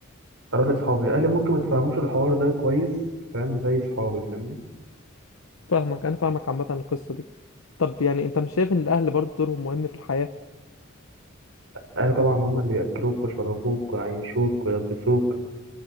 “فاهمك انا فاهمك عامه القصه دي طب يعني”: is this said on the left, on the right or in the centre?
Left